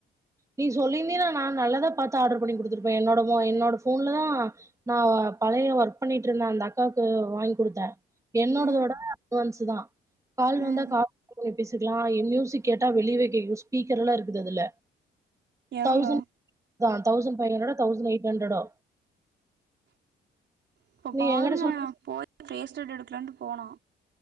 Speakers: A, on the right (about 15°); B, on the right (about 65°).
A: நீ சொல்லீர்ந்தீன்னா நா நல்லதா பாத்து ஆட்ரு பண்ணி குடுத்திருப்பே என்னோட மொ என்னோட ஃபோன்ல தா நா வ பழைய ஒர்க் பண்ணிட்ருந்த அந்த அக்காக்கு வாய்ங் குடுத்தே என்னோடதோட
B: ம்
A: அட்வான்ஸு தா கால்
B: ம்
A: வந்தா கா <inaudible> போய்ரு பேசிக்கலா அ ஒரு மியூசிக் கேட்டா வெளியவே கேக்கு ஸ்பீக்கர் எல்லா இருக்குது அதுல தௌசண்
B: எவ்ளோ
A: <inaudible> தா தௌசண்ட் ஃபை ஹண்ட்ரடோ தௌசண் எய்ட் ஹண்ட்ரடோ
B: இப்ப
A: நீ
B: பாருங்க
A: என்கிட்ட சொல்
B: போய் ஃபேஸ் ஸ்டட் எடுக்கலான்ட்டு போனோ